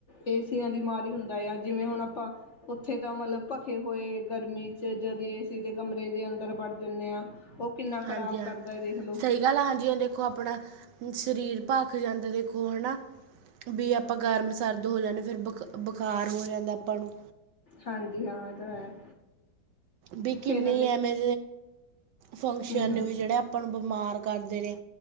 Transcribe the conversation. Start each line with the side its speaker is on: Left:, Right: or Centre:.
Left: ਏਸੀ ਤਾਂ ਬਿਮਾਰੀ ਹੁੰਦਾ ਆ ਜਿਵੇਂ ਹੁਣ ਆਪਾਂ ਉੱਥੇ ਤਾਂ ਮਤਲਬ ਭਖੇ ਹੋਏ ਗਰਮੀ ਚ ਜਦ ਏਸੀ ਦੇ ਕਮਰੇ ਦੇ ਅੰਦਰ ਵੜ ਜਾਂਦੇ ਹਾਂ। ਉਹ ਕਿੰਨਾ ਖ਼ਰਾਬ
Right: ਹਾਂਜੀ ਹਾਂ
Left: ਕਰਦਾ ਹੈ ਦੇਖ ਲਓ
Right: ਸਹੀ ਗੱਲ ਹਾਂਜੀ ਹਾਂ ਦੇਖੋ ਆਪਣਾ ਸਰੀਰ ਭਖ ਜਾਂਦਾ ਦੇਖੋ ਹੈ ਨਾ ਵੀ ਆਪਾਂ ਗਰਮ ਸਰਦ ਹੋ ਜਾਂਦੇ ਫਿਰ ਬਕ ਬੁਖਾਰ ਹੋ ਜਾਂਦਾ ਆਪਾਂ ਨੂੰ।
Left: ਹਾਂਜੀ ਹਾਂ ਤਾਂ ਹੈ।
Right: ਵੀ ਕਿੰਨੀ
Left: ਫੇਰ ਦੇ
Right: ਆ ਮੈਂ ਫੰਕਸ਼ਨ
Left: ਹੂੰ ਹੂੰ
Right: ਵੀ ਜਿਹੜੇ ਆਪਾਂ ਬਿਮਾਰ ਕਰਦੇ ਨੇ।